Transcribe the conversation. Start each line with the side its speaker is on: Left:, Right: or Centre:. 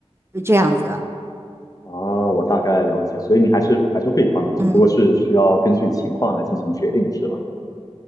Right: 呃这样子。
Left: 啊，我大概了解，所以你还是还是会帮的，只不过是需要根据情况来进行决定，
Right: 嗯。
Left: 是吧？